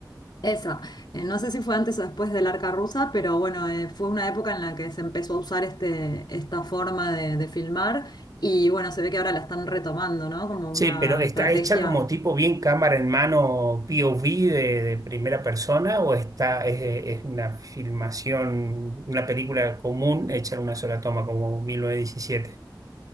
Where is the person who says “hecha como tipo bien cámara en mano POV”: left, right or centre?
Right